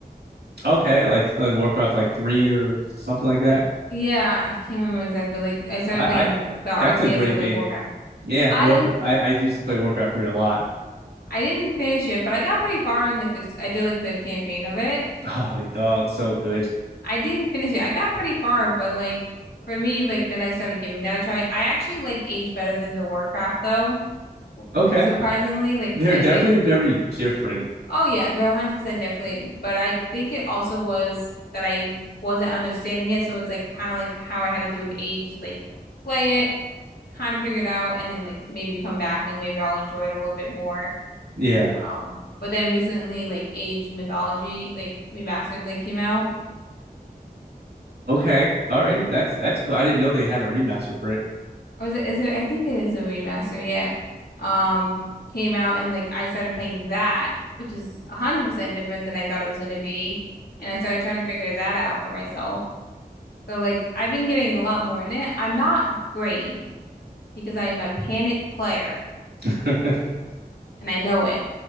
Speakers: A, on the right; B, on the left.
A: Okay, like like Warcraft like three or something like that.
B: Yeah, I can't remember exactly, but like I started
A: I,
B: playing
A: I
B: the RTS
A: that's a great
B: of like
A: game.
B: Warcraft.
A: Yeah,
B: I
A: Warcraft. I, I used to play Warcraft three a lot.
B: I didn't finish it, but I got pretty far in like this I did like the campaign of it.
A: Oh, the- oh, it's so good.
B: I didn't finish it. I got pretty far, but like for me, like then I started giving that a try. I actually like Age better than the Warcraft though,
A: Okay.
B: surprisingly. Like
A: They're
B: I
A: definitely
B: didn't.
A: very different.
B: Oh yeah, they're 100% definitely, but I think it also was that I wasn't understanding it, so it's like kind of like how I had to do with Age, just like play it, kind of figure it out, and then like maybe come back and maybe I'll enjoy it a little bit more.
A: Yeah.
B: Um, but then recently, like Age Mythology, like Remastered, like came out.
A: Okay. All right. That's that's cool. I didn't know they had a remaster for it.
B: Or is it, is it, I think it is a remaster, yeah. Um, came out and like I started playing that, which is 100% different than I thought it was going to be. And I started trying to figure that out for myself. So like I've been getting a lot more in it. I'm not great because I'm a panic player
A: <laughs>
B: and I know it.